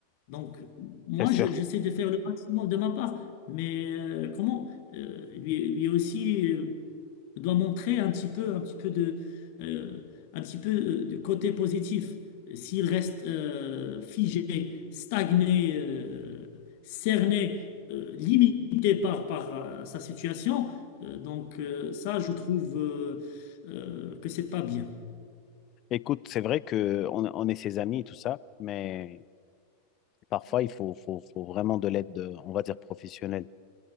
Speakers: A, on the left; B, on the left.
A: Donc, moi,
B: C'est sûr.
A: je- j'essaie de faire le maximum de ma part. Mais euh, comment euh, lui, lui aussi. euh, doit montrer un petit peu, un petit peu de, euh, un petit peu euh, de côté positif. S'il reste euh, figé, stagné, euh, cerné, euh, limité par, par euh, sa situation, euh, donc euh, ça, je trouve euh, euh, que c'est pas bien.
B: Écoute, c'est vrai que on, on est ses amis et tout ça, mais parfois il faut, faut, faut vraiment de l'aide, euh, on va dire, professionnelle.